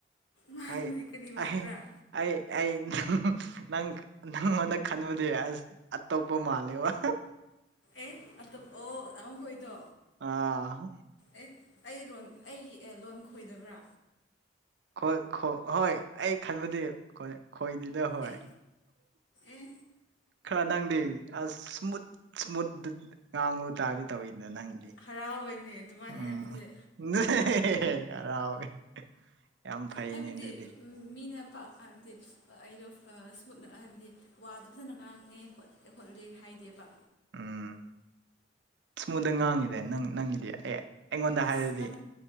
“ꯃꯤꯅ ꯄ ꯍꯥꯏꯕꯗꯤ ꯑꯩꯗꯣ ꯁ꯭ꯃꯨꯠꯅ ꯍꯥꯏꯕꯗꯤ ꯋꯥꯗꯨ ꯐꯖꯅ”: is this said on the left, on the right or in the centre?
Left